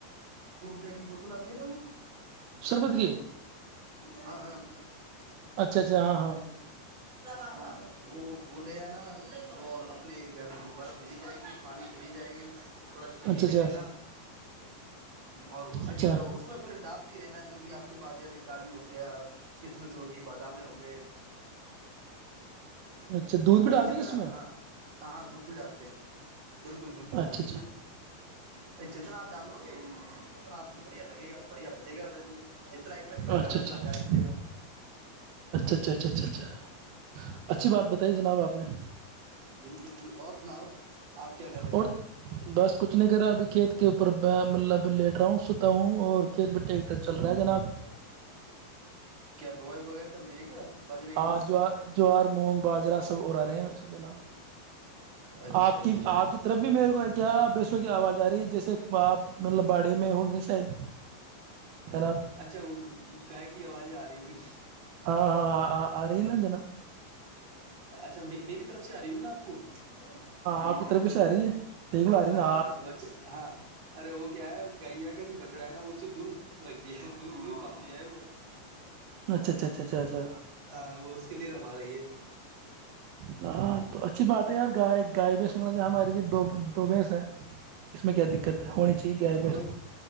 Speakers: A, on the right (about 40°); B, on the right (about 75°).
A: جا ب لاتتیی
B: شربت کی
A: نہا
B: اچھا اچھا ہاں ہاں
A: وہ <inaudible> ہاں ہاں <inaudible> وہ بولے ہے نا اور اپنے گھر میں برف ملی جائے گی پانی ملی جائے گی تھوڑا چینی
B: اچھا
A: لے
B: اچھا
A: لینا اور ہو سکے
B: اچھا
A: تو اس میں پھر ڈال ہی رہنا جو بھی آپ کے پاس جیسے کاجو ہو گیا کسمش ہو گئی بادامے ہو گئے
B: اچھا دودھ بھی
A: بھائی
B: ڈال
A: جتنا
B: دیں گے اس میں
A: ہاں ہ ہاں دودھ بھی ڈالتے ہیں بالکل بالکل
B: اچھا
A: دودھ
B: اچھا
A: دودھ ب جتنا آپ ڈالو گے اتنا آپ کو بڑھیا لگے گا بڑھیا ملے گا جتنا انوسٹمنٹ
B: اچھا
A: کرو اتنا
B: اچھا اچھا
A: بیاج ملے گا
B: اچھا اچھا اچھا اچھا اچھی بات بتائی جناب آپ نے
A: جنک ب اور سناؤ آپ کیا کر رہے ہو
B: اور بس کچھ نہیں کر رہا ابھی کھیت کے کے اوپر مطلب لیٹ رہا ہوں ستا ہوں اور کھیت بھی ٹرٹر چل رہا ہے جناب
A: دوائی وغیرہ چل رہی ہے کیا باجرے کی
B: ہ جو جور مونگ باجرا سب ا رہا رہے ہیں اس دن آپ
A: اچھا
B: <unintelligible> آپ
A: اچھا
B: کی
A: اچھا
B: آپ کی طرف بھی میرے کو ہے کیا بیسوں کی آواز جا رہی جیسے آپ مطلب باڑی میں ہوں گے شاید جناب
A: اچھا وہ گائے کی کی آوازیں آ رہی ہوگی
B: ہاں ہاںاں آ رہ نا جنا
A: اچھا میری طف سے آ رہی ہوگی ناپ کو <unintelligible> ہاں
B: آپ کی طرف بھی سے آ رہی ہے دیکھ لو آ رہی
A: ہاں
B: ہے نا
A: وچے ہاں ارے وہ کیا ہے گائیا کا جو بچڑا ہے نا وہ اس سے دور رکھ ت ت پاتد ہے وہ <unintelligible>
B: اچھا اچھا اچھ اچھ اچا
A: ہاں وہ اس کے لیے رما رہی ہے
B: ہاں تو اچھی بات ہے یار گائے گائے بھی سن رہ ہماری بھی دو دوبس ہے میں کیا دقت ہے ہونی چاہیے گائے بھینس
A: بھائی
B: تو۔